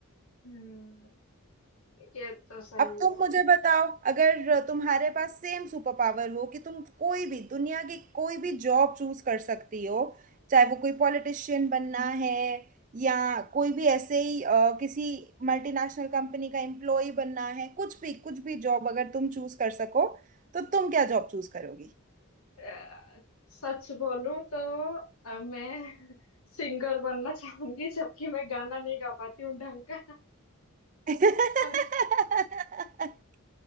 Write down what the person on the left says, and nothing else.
हम्म ये तो सही
है
अ, सच बोलूं तो अ, मैं सिंगर बनना चाहूंगी जबकि मैं गाना नहीं गा पाती हूँ ढंग का
पर